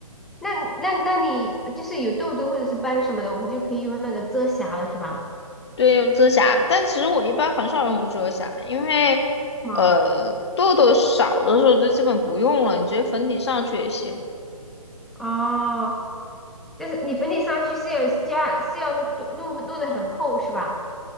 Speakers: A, in the centre; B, on the left.
A: 那那那你就是有痘痘或者是斑什么的，我们就可以用那个遮瑕了，是吧？
B: 对，用遮瑕，但其实我一般很少用遮瑕，因为呃痘痘少的时候就基本不用了，
A: 吗？
B: 你直接粉底上去也行。
A: 哦，但是你粉底上去是要加是要弄弄弄得很厚是吧？